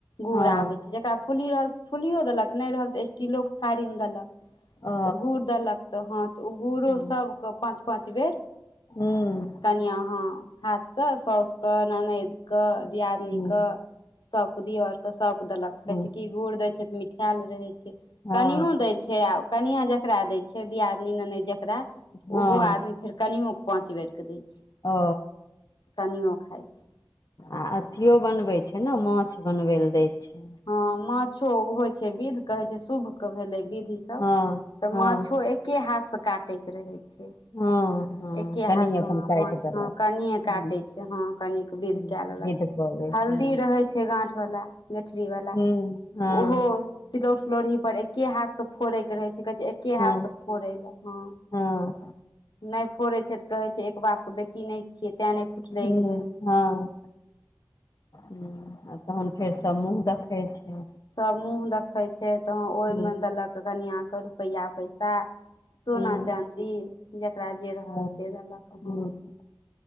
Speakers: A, on the left; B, on the left.
A: गुड़
B: हँ
A: आबे छैय जेकरा फुली रहल त फुलियो देलक नहि रहल तऽ स्टीलोके थारीमे देलक।
B: ओ
A: तऽ गुड़ देलक तऽ हा तऽ ओ गुड़ो
B: हुं
A: सभके पाँच पाँच बेर
B: हुं
A: कनिया हाँ हाथसँ सौस क ननैद क
B: हुं
A: न कऽ सब के दिय आर के सब देलक कहै
B: हुं
A: छैय की गुर दय छैय त मिखायल रहे छैय
B: हँ
A: कनियो छै कनिया जेकरा दै छै दियादनी मे नै जेकरा
B: हँ
A: उहो आदमी। कनियो के पाँच बेरके दै छै
B: ओ
A: कनियो खाइ छै
B: आ अथियो बनबैत छै ने माछ बनबै लए दैत छै
A: हँ माछो ओ होइ छै विध कहे छै शुभ के भेले विधि।
B: हँ हँ
A: माछो एके हाथसँ काटैके रहै छै
B: हँ हँ
A: एके
B: कनि
A: हाथसँ
B: अपन
A: हँ
B: काटि
A: माछ
B: देलक
A: हँ कनिये
B: हूँ
A: काटै छै हँ कनिक विध
B: हूँ
A: कए लेलक
B: विध कऽ लै
A: हल्दी
B: छै
A: रहै छै गाठवला गेठरीवला
B: हूँ हँ
A: ओहो सिलौठ लोढ़ी पर एके हाथसँ फोड़यके रहै छै कहै छै एके
B: हँ
A: हाथसँ फोड़य लए हँ
B: हँ
A: नहि फोड़ै छै तऽ कहै छै एक बापके बेटी नहि छियै तें नहि फुटलै
B: हू
A: एक बेरमे
B: हँ तहन फेरसँ मूँह देखै छै
A: सभ मूँह देखै छै तऽ
B: हूँ
A: ओहिमे देलक कनिआँकेँ रुपैआ पैसा। सोना
B: हूँ
A: चाँदी जकरा जे रहल
B: हँ
A: से देलक
B: हूँ
A: हँ।